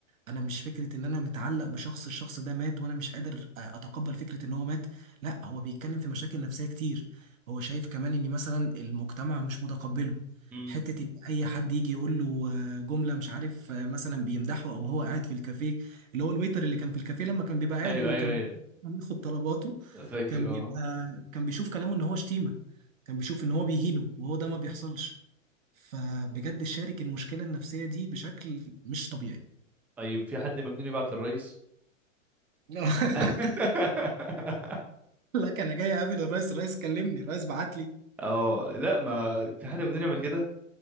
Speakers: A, on the right; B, in the centre.
A: انا مش فكره ان انا متعلق بشخص الشخص ده مات وانا مش قادر آه، اتقبل فكره ان هو مات لا هو بيتكلم في مشاكل نفسيه كتير هو شايف كمان ان مثلا المجتمع مش متقبله
B: امم
A: حته إن اي حد يجي يقول له آه، جمله مش عارف آه، مثلا بيمدحه او هو قاعد في الكافيه اللي هو الويتر اللي كان في الكافيه لما كان بيبقى قاعد
B: ايوه
A: وكان
B: ايوه ايوه
A: بياخد طلباته
B: فاكر
A: كان بيبقى
B: اه
A: كان بيشوف كلامه ان هو شتيمه كان بيشوف ان هو بيهينه وهو ده ما بيحصلش فبجد شارك المشكلة النفسية دي بشكل مش طبيعي
B: طيب في حد مجنون يبعت للرئيس
A: <laughs>
B: <laughs>
A: لك انا جاي اقابل الرئيس الرئيس كلمني الرئيس بعت لي
B: اه لا ما في حد مجنون يعمل كده